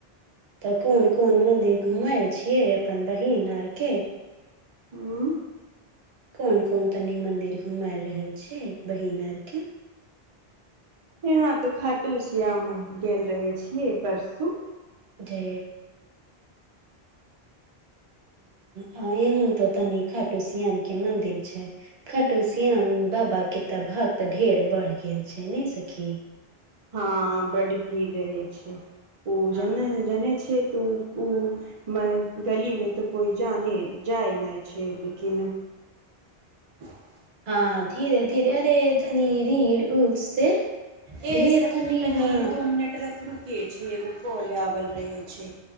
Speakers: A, on the right; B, on the right.
A: तऽ कोन कोन मंदिर घुमल छियै अपन बहिन आर के
B: हूँ
A: कोन कोन तनी मंदिर घुमाय रहल छ बहिन आर के
B: यहा तो खाटूश्याम मे गेल रहे छीयै परसू
A: डे ह यहू तो तनी खटु श्याम के मदिर छै खाटू श्याम बाबा के तऽ भाग तऽ ढेर बढ़ गेल छै नहि सखी
B: हँ बड्ड भीड़ रहै छै ओ
A: हँ
B: ज जनै छै
A: <unintelligible>
B: तऽ ओ मे गली में तऽ कोइ जाने जाय नहि छै लेकिन <inaudible>
A: हँ धीरे धीरे अरे तनी रील उल से
B: ए
A: ढेर
B: सखी तनी
A: हँ
B: दू मिनट रख रुकेै छै एगो कॉल आओल रहै छै